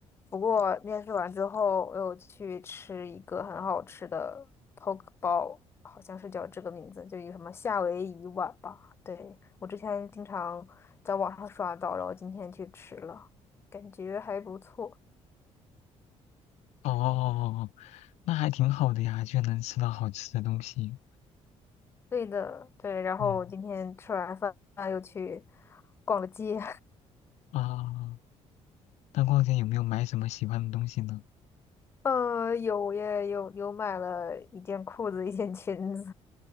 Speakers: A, on the left (about 20°); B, on the left (about 75°).
A: 不过面试完之后，我又去吃一个很好吃的 poke 包，好像是叫这个名字，就一个什么夏威夷碗吧。对，我之前经常在网上刷到，然后今天去吃了，感觉还不错。
B: 哦哦哦哦，那还挺好的呀，就能吃到好吃的东西。
A: 对的，对。然后今天吃完饭又去
B: 嗯
A: 逛了街，
B: 啊，那逛街有没有买什么喜欢的东西呢？
A: <laughs> 呃，有耶，有有买了一件裤子，一件裙子。